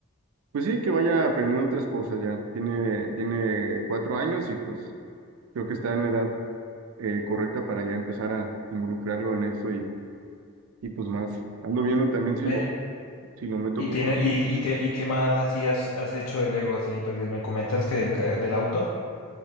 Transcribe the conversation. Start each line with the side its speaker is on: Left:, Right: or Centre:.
Right: pues sí, que vaya aprendiendo otras cosas ya. Tiene, tiene cuatro años y pues creo que está en la edad eh, correcta para ya empezar a involucrarlo en eso Y pues más, ando viendo también si
Left: Ven,
Right: lo, si lo meto
Left: y
Right: como...
Left: tiene, y, y qué, y qué más así has, has hecho de Lego, así, pues, me comentas que del, ca- del auto,